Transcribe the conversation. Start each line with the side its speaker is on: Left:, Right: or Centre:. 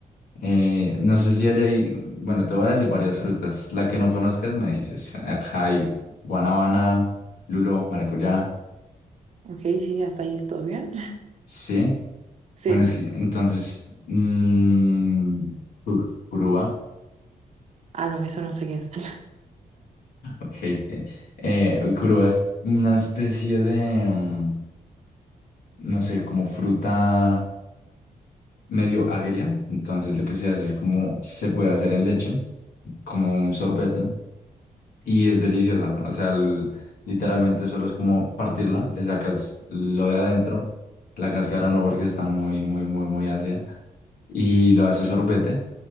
Left: eh, no sé si allá hay, bueno, te voy a decir varias frutas. La que no conozcas me dices. Acá hay guanábana, lulo, maracuyá.
Right: Ok, sí, hasta ahí todo bien. <laughs>
Left: Sí.
Right: Sí.
Left: Bueno, es que entonces, mm, pur- purúa.
Right: Ah, no, eso no sé qué es. <laughs>
Left: Ok. Eh, curuba es una especie de, mm, no sé, como fruta medio agria. Entonces lo que se hace es como se puede hacer en leche, como un sorbete. Y es deliciosa, o sea, l- literalmente solo es como partirla, le sacas lo de adentro, la cáscara no porque está muy, muy, muy, muy ácida, y lo haces sorbete